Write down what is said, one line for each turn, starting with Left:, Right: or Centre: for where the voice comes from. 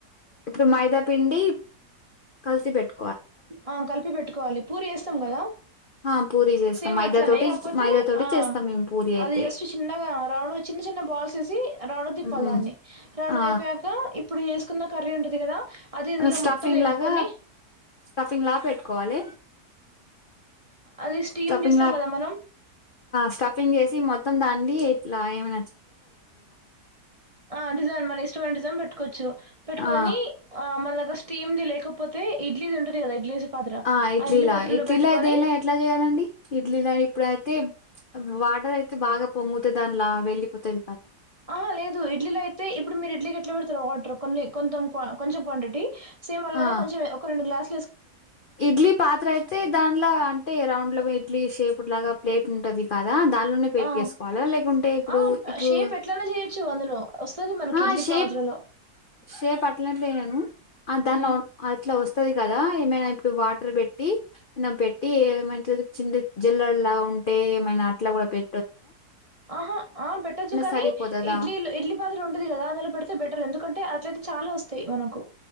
Left: ఇప్పుడు మైదా పిండి కల్సి పెట్
Right: ఆ కలిపి పెట్టుకోవాలి పూరి ఏస్తాం కదా,
Left: ఆ పూరి చేస్తాం
Right: సేమ్
Left: మైదా
Right: అట్లనే
Left: తోటి
Right: ఆపోతే
Left: మైదా తోటి
Right: ఆ,
Left: చేస్తాం మేము పూరి అయితే
Right: అది జస్ట్ చిన్నగా రౌండ్ చిన్న చిన్న బాల్స్ ఏసి రౌండ్ తిప్పాల్
Left: మ్మ్
Right: దాన్ని, రౌండ్
Left: ఆ
Right: తిప్పెక ఇప్పుడు చేసుకున్న కర్రీ ఉంటుంది కదా అది ఇందులో
Left: స్టఫింగ్
Right: మొత్తం ఎంపుకొని
Left: లాగా స్టఫింగ్ లా పెట్టుకోవాలలే
Right: అది స్టీమ్
Left: స్టఫింగ్
Right: చేస్తాం
Left: లా
Right: కదా మనం
Left: స్టఫింగ్ చేసి మొత్తం దా ఏట్ లోయ ఏ మ
Right: ఆ డిజైన్ మన ఇష్టమైన డిజైన్ పెట్టుకోవచ్చు పెట్టుకొని
Left: ఆ
Right: ఆ మళ్ళ స్టీమ్ ది లేకపోతే ఇడ్లీది ఉంటది కదా ఇడ్లీ పాత్ర
Left: ఆ ఇడ్లీలా
Right: పాత్రలో
Left: ఇడ్లీ
Right: పెట్టుకొని
Left: లా దేనిలా ఎట్లా చేయాలండి ఇడ్లీల ఆ ఇప్పుడు అయితే వాటర్ అయితే బాగా పొంగుతు దానిలా వెళ్ళలిపోతది
Right: ఆహా లేదు ఇడ్లీలో అయితే ఇప్పుడు మీరు ఇడ్లీకి ఎట్లా పెడతారుా వాటర్ కొన్ని కకోతం కొంచెం క్వాంటిటీ సేమ్ అల్లానే
Left: ఆ
Right: కొంచెం ఒక రెండు గ్లాస్
Left: ఇడ్లీ పాత్ర అయితే దాంలో అంటే రౌండ్ల ఇడ్లీ షేప్ లాగా ప్లేట్ ఉంటది కా దానిలో పెట్టు
Right: ఆ!
Left: ఏసుకోవాలా లేకుంటే ఇప్పుడు
Right: ఆ!
Left: ఇప్పుడు
Right: షేప్ ఎట్లైనా చేయొచ్చు అందులో. వస్తది మనకి
Left: ఆ
Right: ఇడ్లీ
Left: షేప్
Right: పాత్రలో.
Left: షేప్ అట్లా అట్లనే ఆ దాని
Right: హ్మ్.
Left: నార్మల్ అట్ల వస్తా వస్తది కదా ఏమైనా ఇప్పుడు వాటర్ పెట్టి పెట్టి ఏమైతే చిన్న జల్లలగా ఉంటే ఏమైనా అట్లా కూడా పె
Right: ఆహా ఆ పెట్టొచ్చు కానీ
Left: సరిపోతదా
Right: ఇడ్లీ ఇడ్లీ పాత్ర ఉంటది కదా అందులో పెడితే బెటర్ ఎందుకంటే అట్లయితే చాలా వస్తు వస్తే మనకు